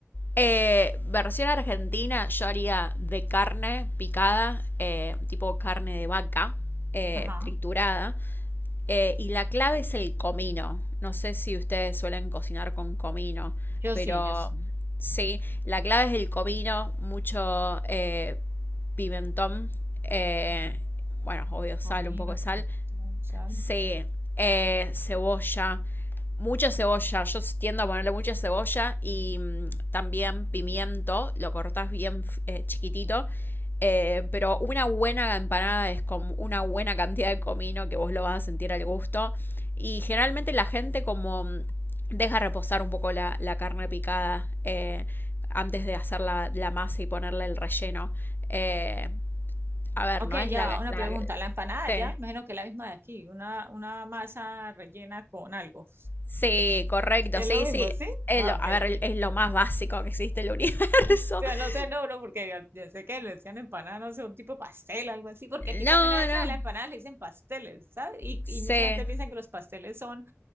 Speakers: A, on the left; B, on the right.
A: Eh, versión argentina, yo haría de carne picada, eh, tipo carne de vaca, eh,
B: Ajá.
A: triturada. Eh, y la clave es el comino. No sé si ustedes suelen cocinar con comino,
B: Yo
A: pero
B: sí, yo sí.
A: sí, la clave es el comino, mucho eh, pimentón, eh, bueno, obvio sal,
B: Comino,
A: un poco de
B: pimentón,
A: sal,
B: sal.
A: Sí, eh, cebolla, mucha cebolla. Yo tiendo a ponerle mucha cebolla y mm, también pimiento. Lo cortás bien eh, chiquitito. Eh, pero una buena empanada es con una buena cantidad de comino que vos lo vas a sentir al gusto. Y generalmente la gente como mm, deja reposar un poco la, la carne picada eh, antes de hacer la, la masa y ponerle el relleno. Eh, a ver,
B: Ok,
A: no es
B: ya
A: la...
B: va, una
A: la
B: pregunta. La empanada
A: sí.
B: ya, me imagino que es la misma de aquí, una, una masa rellena con algo.
A: Sí, correcto,
B: Es
A: sí,
B: lo mismo,
A: sí.
B: ¿sí?
A: Es
B: Ah,
A: lo,
B: ok,
A: a
B: ok.
A: ver, es lo más básico que existe en el universo.
B: O sea,
A: <laughs>
B: no sé, no, no, porque ya sé que le decían empanada, no sé, un tipo de pastel, algo así, porque aquí
A: No,
B: también a veces
A: no.
B: a la empanada le dicen pasteles, ¿sabes? Y,
A: Sí.
B: y mucha gente piensa que los pasteles son